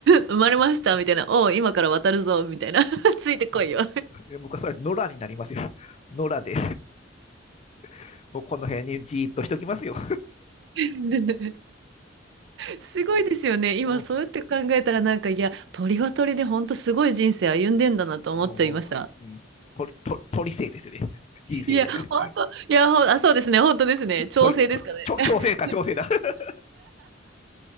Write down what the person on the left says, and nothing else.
う、もう、もうえ僕はそれ、野良になりますよ。野良で。<laughs> もうこの辺にじーっとしときますよ。
も
う、あーうん、鳥、鳥、鳥生ですよね。人生じゃなくて。
鳥、と調調整か、
調整だ。<laughs>